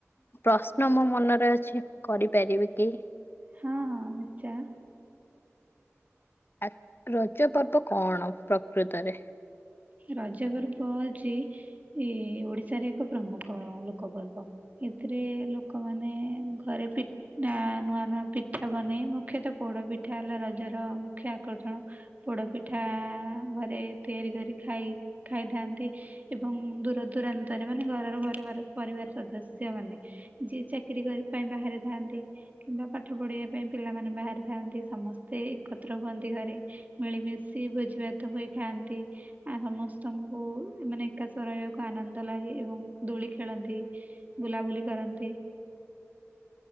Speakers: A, on the left (about 45°); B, on the right (about 30°).
A: ପ୍ରଶ୍ନ ମୋ ମନରେ ଅଛି କରିପାରିବି କି?
B: ହଁ ହଁ ନିଶ୍ଚୟ।
A: ଆ ରଜ ପର୍ବ କଣ ପ୍ରକୃତରେ?
B: ରଜ ଗର୍ବ ହଉଚି। ଏଇ ଓଡିଶାରେ ଏକ ପ୍ରମୁଖ ଲୋକ ପର୍ବ। ଏଥିରେ ଲୋକମାନେ ଘରେ ପି- - ନା ନୂଆ ନୂଆ ପିଠା ବନେଇ ମୁଖ୍ୟତଃ ପୋଡ ପିଠା ହେଲା ରଜର ମୁଖ୍ୟ ଆକର୍ଷଣ। ପୋଡ ପିଠା ଘରେ ତିଆରି କରି ଖାଇ ଖାଇଥାନ୍ତି। ଏବଂ ଦୂର ଦୂରାନ୍ତରେ ମାନେ ଘରର ପରିବାର ପରିବାର ସଦସ୍ୟ ମାନେ। ଯିଏ ଚାକିରୀ କରିବା ପାଇଁ ବାହାରିଥାନ୍ତି। କିମ୍ବା ପାଠ ପଢିବା ପାଇଁ ପିଲାମାନେ ବାହାରାରେି ଥାନ୍ତି ସମସ୍ତେ ଏକତ୍ର ହୁଅନ୍ତି ଘରେ। ମିଳିମିଶି ଭୋଜିଭାତ ହୋଇ ଖାଆନ୍ତି। ଆ ସମସ୍ତଙ୍କୁ ମାନେ ଏକାଶ ରହିବାକୁ ଆନନ୍ଦ ଲାଗେ ଏବଂ ଦୋଳି ଖେଳନ୍ତି। ବୁଲାବୁଲି କରନ୍ତି।